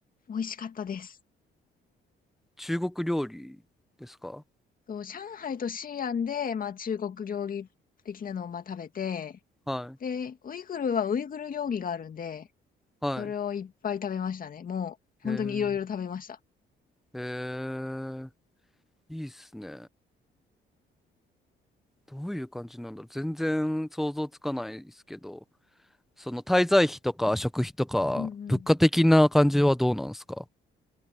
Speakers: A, on the left (about 45°); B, in the centre.
A: 美味しかったです。
B: 中国料理ですか
A: そう上海と西安で、まあ中国料理的なのをまあ食べて、
B: はい。
A: で、ウイグルはウイグル料理があるんで、
B: はい。
A: それをいっぱい食べましたね。もう、本当にいろいろ食べました。
B: えー、えー、いいっすね。どういう感じなんだろう。全然想像つかないですけど、その滞在費とか食費とか、
A: うんうん。
B: 物価的な感じはどうなんですか